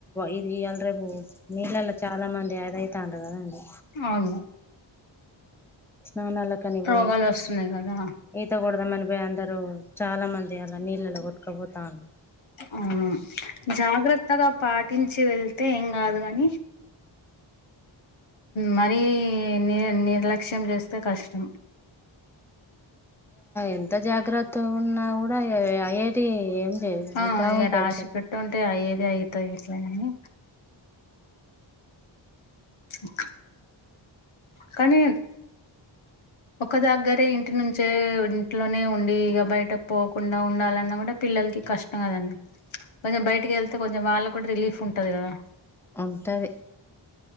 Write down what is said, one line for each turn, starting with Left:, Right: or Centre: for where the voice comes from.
Centre: ఇది ఇయాళ రేపు నీళ్ళల్ల చాలా మంది అది అయితాంరు కదండి.
Left: అవును
Centre: స్నానాల కని పోయి
Left: రోగాలు వస్తున్నాయి కదా
Centre: ఈత కొ డదామని పోయి అందరు చాలా మంది అలా నీళ్ళలో కొట్టుకపోతాంలు.
Left: అవును జాగ్రత్తగా పాటించి వెళ్తే ఏం కాదు కాని మరీ ని నిర్లక్ష్యం చేస్తే కష్టం
Centre: ఎంత జాగ్రత్త ఉన్నా కూడా ఐఐటి ఏం లేదు
Left: ఆ
Centre: అయితా
Left: ఇక
Centre: ఉంటాయి
Left: రాశి
Centre: చెప్
Left: పెట్టు ఉంటే అయ్యేది అయితాయి ఇట్లని ఓకే కనీన్ ఒక దగ్గరే ఇంటి నుంచే ఇంట్లోనే ఉండి ఇక బయట పోకుండా ఉండాలన్నా కూడా పిల్ల పిల్లలకి కష్టం కదండి కొంచెం బయటికి వెళ్తే కొంచెం వాళ్ళ కూడా రిలీఫ్ ఉంటది కదా
Centre: ఉంటది